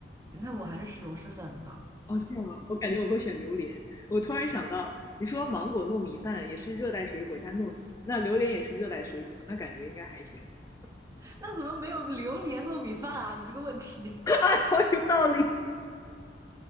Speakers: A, on the right (about 20°); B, on the left (about 20°).
A: 那我还是吃螺蛳粉吧。
B: 哦，这样啊，我感觉我会选榴莲。我突然想到，你说芒果糯米饭也是热带水果加糯米，那榴莲也是热带水果，那感觉应该还行。<laughs>
A: <laughs> 那怎么没有榴莲糯米饭啊？你这个问题，
B: 啊，好有道理，